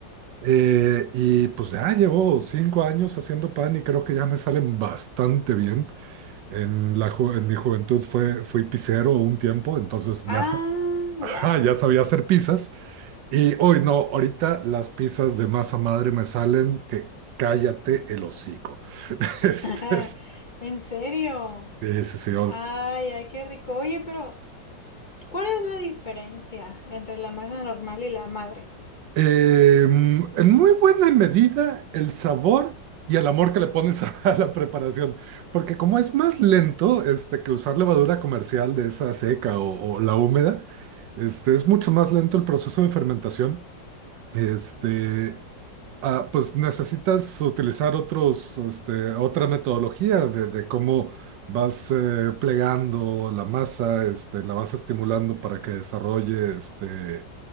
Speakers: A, on the right; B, on the left.
A: Eh, y pues ya llevo cinco años haciendo pan y creo que ya me salen bastante bien. En la ju- en mi juventud fue, fui pizzero un tiempo, entonces ya,
B: Ah,
A: sa-
B: wow.
A: ajá, ya sabía hacer pizzas. Y hoy no, ahorita las pizzas de masa madre me salen que cállate el hocico. <laughs>
B: <laughs>
A: Este, sí,
B: ¿En serio?
A: sí, sí,
B: Ay, ay, qué rico. Oye, pero... ¿Cuál es la diferencia entre la masa normal y la madre?
A: Eh, en muy buena medida el sabor y el amor que le pones <laughs> a, a la preparación, porque como es más lento este, que usar levadura comercial de esa seca o, o la húmeda, este, es mucho más lento el proceso de fermentación. Este, ah, pues necesitas utilizar otros, este, otra metodología de, de cómo vas eh, plegando la masa, este, la vas estimulando para que desarrolle este,